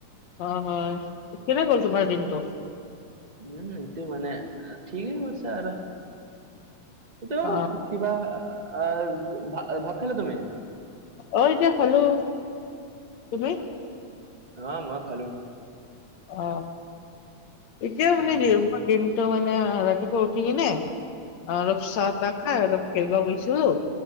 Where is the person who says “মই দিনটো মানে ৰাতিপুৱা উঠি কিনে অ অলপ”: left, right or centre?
Left